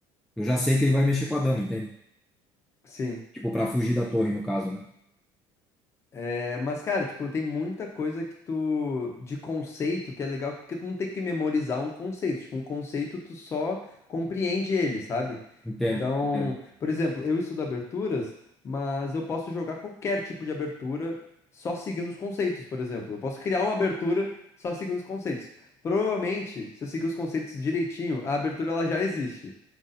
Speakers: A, in the centre; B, on the left (about 30°).
A: Eu já sei que ele vai mexer com a dama, entende?
B: Sim.
A: Tipo, para fugir da torre, no caso, né?
B: É, mas, cara, tipo, tem muita coisa que tu, de conceito, que é legal, porque tu não tem que memorizar um conceito. Tipo, um conceito tu só compreende ele, sabe?
A: Entendo,
B: Então,
A: entendo.
B: por exemplo, eu estudo aberturas, mas eu posso jogar qualquer tipo de abertura só seguindo os conceitos, por exemplo. Eu posso criar uma abertura só seguindo os conceitos. Provavelmente, se eu seguir os conceitos direitinho, a abertura ela já existe.